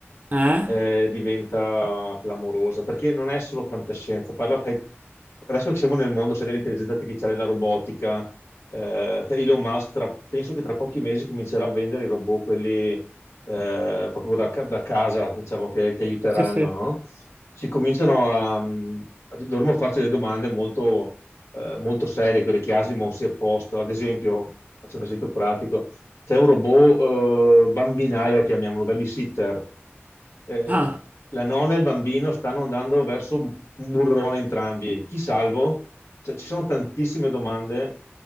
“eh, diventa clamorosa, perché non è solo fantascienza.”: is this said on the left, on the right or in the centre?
Left